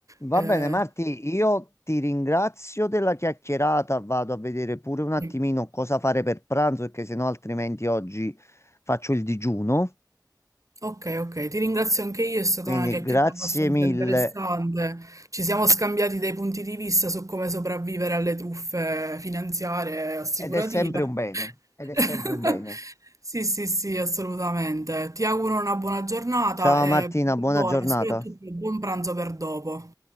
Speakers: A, on the left; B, on the right.
A: Va
B: Eh,
A: bene, Marti, io ti ringrazio della chiacchierata. Vado a vedere pure un attimino
B: sì.
A: cosa fare per pranzo, perché sennò altrimenti oggi faccio il digiuno.
B: Ok, ok, ti ringrazio anche io, è stata
A: Quindi
B: una chiacchierata
A: grazie
B: abbastanza
A: mille.
B: interessante. Ci siamo scambiati dei punti di vista su come sopravvivere alle truffe finanziarie e assicurative.
A: Ed è sempre un bene. Ed è
B: <laughs>
A: sempre un bene.
B: Sì, sì, sì, assolutamente. Ti auguro una buona giornatata
A: Ciao
B: e
A: Martina, buona
B: buona,
A: giornata.
B: soprattutto buon pranzo per dopo.